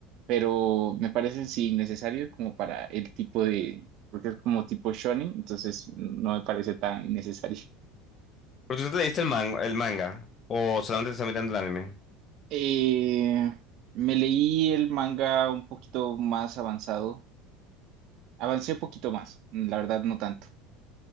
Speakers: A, on the right; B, on the left.
A: Pero me parece sí innecesario como para el tipo de, porque es como tipo shonen, entonces no me parece tan innecesario.
B: Pero tú te leíste el man- el manga, o solamente te estás mirando el anime.
A: Eh, me leí el manga un poquito más avanzado. Avancé un poquito más, la verdad no tanto.